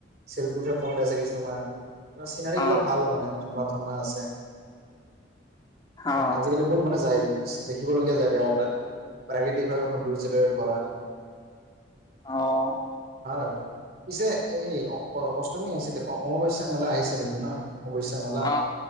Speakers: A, on the right (about 55°); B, on the left (about 25°).
A: চেল্ফি উঠা পইণ্ট আছে কিছুমান। এ চিনাৰী গিলা
B: অ।
A: ভাল মানে, ঠাণ্ডা ঠাণ্ডা আছে। মানে
B: অ।
A: আজিকালি বহুত মানে যায়, দেখিবলগীয়া জেগা এটা। প্ৰাকৃতিকভাৱে সৌন্দৰ্যৰে ভৰা।
B: অ',
A: ভাল আৰু পিছে এই, অ'অষ্টমী আহিছে দে। অমাৱস্যা মেলা আহিছে দেখোন না। অবশ্যা মেলা,
B: অ